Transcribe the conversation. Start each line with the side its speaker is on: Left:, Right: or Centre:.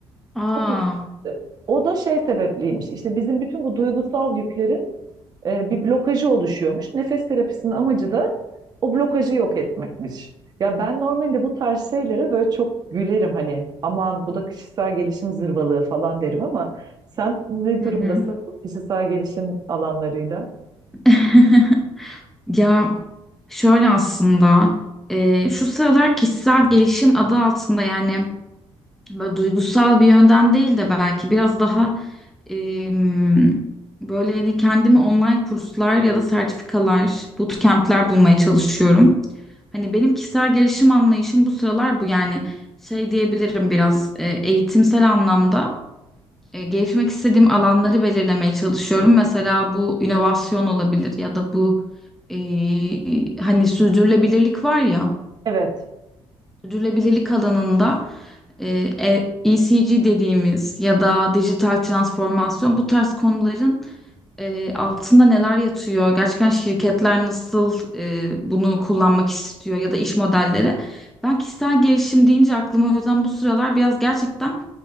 Centre: Aa.
Right: çok ilginçti. O da şey sebepliymiş İşte bizim bütün bu duygusal yüklerin e, bir blokajı oluşuyormuş. Nefes terapisinin amacı da o blokajı yok etmekmiş. Ya ben normalde bu tarz şeylere böyle çok gülerim hani aman bu da kişisel gelişim zırvalığı falan derim ama sen ne
Centre: Hı
Right: durumdasın
Centre: hı.
Right: bu kişisel gelişim alanlarıyla?
Centre: <laughs> Ya şöyle aslında e, şu sıralar kişisel gelişim adı altında yani Böyle duygusal bir yönden değil de belki biraz daha em, böyle hani kendimi online kurslar ya da sertifikalar, bootcamp'ler bulmaya çalışıyorum. Hani benim kişisel gelişim anlayışım bu sıralar bu yani şey diyebilirim biraz e, eğitimsel anlamda e, gelişmek istediğim alanları belirlemeye çalışıyorum. Mesela bu inovasyon olabilir ya da bu e, hani sürdürülebilirlik var ya.
Right: Evet.
Centre: Sürdürülebilirlik alanında e, e- ECG dediğimiz ya da dijital transformasyon bu tarz konuların e, altında neler yatıyor? Gerçekten şirketler nasıl e, bunu kullanmak istiyor ya da iş modelleri? Ben kişisel gelişim deyince aklıma o yüzden bu sıralar biraz gerçekten